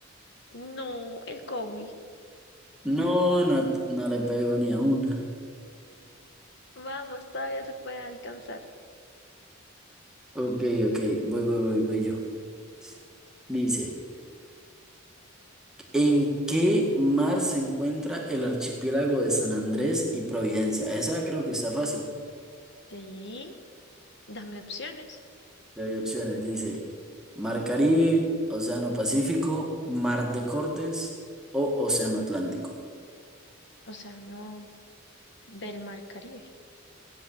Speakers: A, on the left; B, in the centre.
A: No, el Cowi.
B: No, no, no le pego ni a una.
A: Vamos, todavía se puede alcanzar.
B: Ok, ok, voy, voy, voy, voy yo. Dice, ¿en qué mar se encuentra el archipiélago de San Andrés y Providencia? Esa creo que está fácil.
A: Sí, dame opciones.
B: Te doy opciones. Dice, Mar Caribe, Océano Pacífico, Mar de Cortes o Océano Atlántico.
A: O sea, no del Mar Caribe.